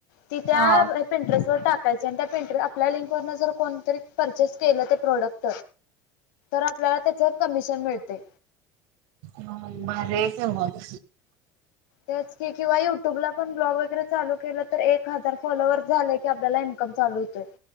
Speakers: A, on the left; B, on the right.
A: ती त्या
B: हा
A: पिंट्रेस वर टाकायची आणि त्या, पंट आपल्या लिंकवर जर कोणतरी परचेस केलं ते प्रोडक्ट, तर आपल्याला त्याच्यावर कमिशन मिळते,
B: हो भारी आहे की मग
A: तेच की किंवा युट्यूबला पण ब्लॉग वगैरे चालू केलं तर एक हजार फॉलोअर् झाले की आपल्याला, म चालू होतय.